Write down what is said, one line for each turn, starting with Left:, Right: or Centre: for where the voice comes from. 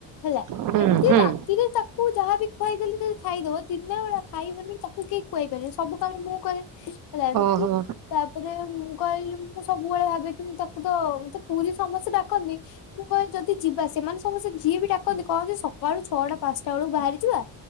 Left: ହେଲା
Right: ହୁଁ
Left: ଏମିତି
Right: ହୁଁ
Left: ରାତିରେ ତାକୁ ଯାହାବି ଖୁଆଇଦେଲି ଖାଇଦବ ଦିନ ବେଳା ଖାଇବନି ତାକୁ କେହି ଖୁଆଇ ପାରିବେ ସବୁ କାମ ମୁଁ କରେ। ହେଲା ଏମତି।
Right: ଓହୋ
Left: ତାପରେ ମୁଁ କହିଲି ମୁଁ ସବୁବେଳେ ଭାବେ କି ମୁଁ ତାକୁ ତ ମତେ ପୁରୀ ସମସ୍ତେ ଡାକନ୍ତିି। ମୁଁ କହିଲେ ଯଦି ଯିବା ସେମାନେ ସମସ୍ତେ ଯିଏ ବି ଡାକନ୍ତି କହନ୍ତି ସକାଳୁ ଛଅଟା ପାଞ୍ଚଟା ବେଳକୁ ବାହାରି ଯିବା।